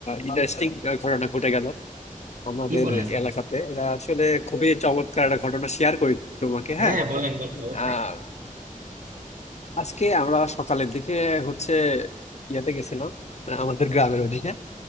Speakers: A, on the left; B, on the right.
A: ইন্টারেস্টিং ঘটনা ঘটে গেল আমাদের
B: কি বলেন
A: এলাকাতে এটা আসলে খুবই চমৎকার একটা ঘটনা শেয়ার করি তোমাকে
B: হ্যাঁ
A: হ্যাঁ
B: বলেন বলেন অবশ্যই
A: আহ, আজকে আমরা সকালের দিকে হচ্ছে ইয়াতে গেছিলাম আহ, আমাদের গ্রামের ওদিকে